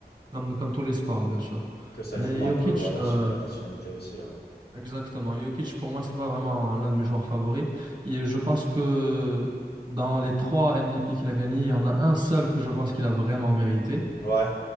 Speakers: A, on the right; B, on the left.
A: comme, comme tous les sports, bien sûr.
B: Que ça
A: Mais
B: joue un
A: Jokic,
B: peu, voilà,
A: euh,
B: sur la nationalité aussi, ouais.
A: Exactement. Jokic, pour moi, c'est pas vraiment l'un de mes joueurs favoris. Et je pense que dans les trois MVP qu'il a gagnés, il y en a un seul que je pense qu'il a vraiment mérité.
B: Ouais,